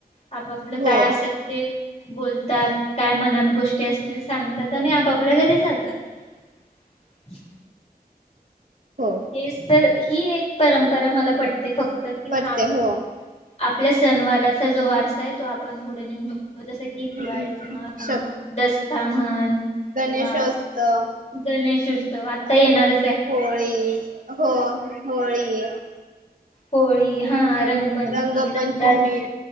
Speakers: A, on the left; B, on the right.
A: आपापलं
B: हो
A: काय असेल ते बोलतात काय मनात गोष्टी असतील सांगतात आणि आपापल्या घरी जातात
B: हो
A: हेच तर इ ही एक परंपरा मला पट ते फक्त की
B: पडते
A: हा बाबा
B: हो
A: आपल्यास सणवाराचा जो वारसाय तो आपण थोड निऊ शकतो जस की
B: शक
A: दिवाळी म्हण दस ताम्हण
B: गणेशोत्सव
A: किंवा गणेश उत्सव आता येणार
B: हो होळी हो. होळी
A: होळी हा रंगपंचमी
B: रंगपंचमी
A: रंगाच